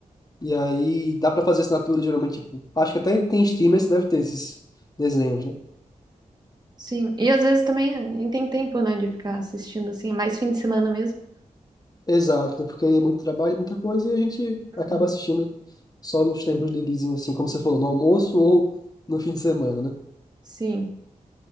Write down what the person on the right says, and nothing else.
Sim. E às vezes também nem tem tempo, né, de ficar assistindo assim. É mais fim de semana mesmo.
Uhum.
Sim.